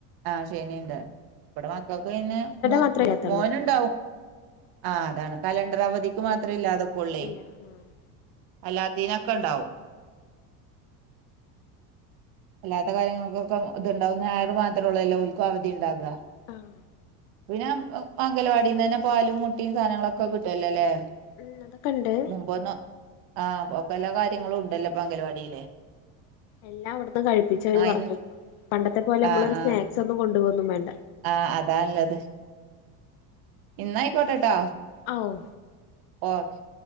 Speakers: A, on the right; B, on the left.
A: ആഹ് ശനിണ്ട് ഇവിടെ മക്കക്ക് പിന്നെ
B: മാത്രേ ഇല്ലാത്തുള്ളൂ
A: മോന്ണ്ടാവും ആഹ അതാണ് കലണ്ടർ അവധിക്ക് മാത്രേ ഇല്ലാതെക്കുള്ളേ
B: ഇല്ല ആഹ്
A: അല്ലാത്തീനൊക്കെ ഉണ്ടാവും അല്ലാത്ത കാര്യങ്ങൾക്കൊക്കെ ഇതുണ്ടാവു ഞായറ് മാത്രമുള്ളല്ലോ ഓൽക്കും അവധി ഇണ്ടാവാ
B: ആഹ്
A: പിന്നെ അംഗലവാടിന്ന് തന്നെ പാലും മുട്ടിം സാധനങ്ങളൊക്കെ കിട്ടുവല്ലോല്ലേ
B: ഉം അതൊക്കെണ്ട്
A: മുമ്പ് ഒന്ന് ആഹ പല കാര്യങ്ങളും ഉണ്ടല്ലോപ്പ അംഗൽവാടിയില്
B: എല്ലാം അവിടുന്ന് കഴിപ്പിച്ചവര്
A: ആഹ്
B: പറഞ്ഞയിക്കും
A: ഇൻ
B: പണ്ടത്തെ പോലെ നമ്മള്
A: ആഹ് ആഹ്
B: സ്നാക്സ് ഒന്നും കൊണ്ടുപോവോന്നും വേണ്ട
A: ആഹ് അതാണ്ല്ലത് ഇന്നാ അയിക്കോട്ടെട്ടോ
B: അഹ് ഒഹ
A: ഓക്കെ